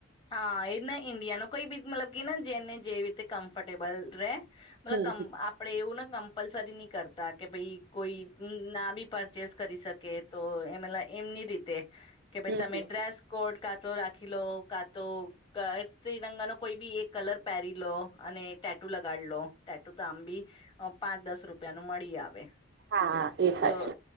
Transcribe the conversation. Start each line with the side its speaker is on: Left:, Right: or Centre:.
Left: હા એ ઇન્ડિયા નુ કોઈ બી મતલબ કે જેને જેવી રીતે કમ્ફર્ટેબલ રે મતલબ
Right: હમ
Left: કમ આપ આપણે એવું ને કમ્પલસરી નહી કરતા કે ભાઈ કોઈ ના બી પરચેસ કરી શકે. તો એમલા એમની રીતે કે ભાઈ
Right: હમ
Left: તમે
Right: હમ.
Left: ડ્રેસ કોડ કાતો રાખી લો કાતો ત્રિરંગા નુ કોઈ બી એક કલર પહેરી લો અને ટે ટેટુ લગાડ લો ટેટુ તો આંબી પાંચ દસ રૂપિયાનું મળી આવે
Right: હા એ સાચુ
Left: તો